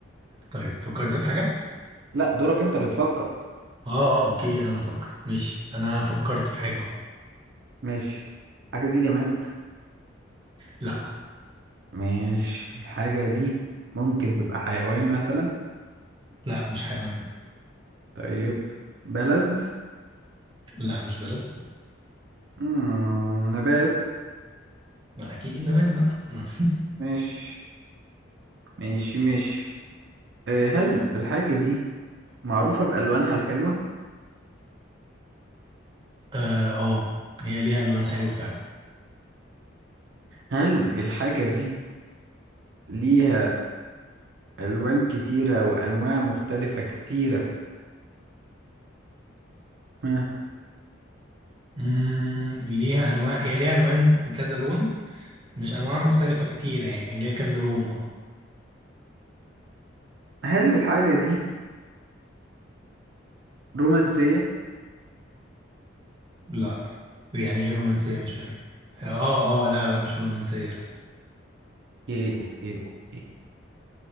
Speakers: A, on the right; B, on the right.
A: طيب فكرت في حاجة؟
B: لا دورك انت اللي تفكر
A: اه اه اوكي انا اللي افكر ماشي انا فكرت في حاجة اه
B: ماشي الحاجة دي جماد
A: لا
B: ماشي الحاجة دي ممكن تبقى حيوان مثلا
A: لا مش حيوان
B: طيب بلد
A: لا مش بلد
B: مم. نبات
A: ما اكيد نبات بقى <laughs>
B: مش مش مش أه هل الحاجة دي معروفة بألوانها الحلوة؟
A: اه آه، هي ليها الوان حلوه فعلا
B: هل الحاجة دي ليها ألوان كتيرة وأنواع مختلفة كتيرة؟ ها.
A: مم، ليها انواع هي ليها الوان كذا لون مش انواع مختلفه كتيره يعني ليها كذا لون اه
B: هل الحاجة دي رومانسية؟
A: لا يعني ايه رومانسيه مش فاهم اه اه آه، لا لا مش رومانسيه لا
B: اوكي اوكي اوكي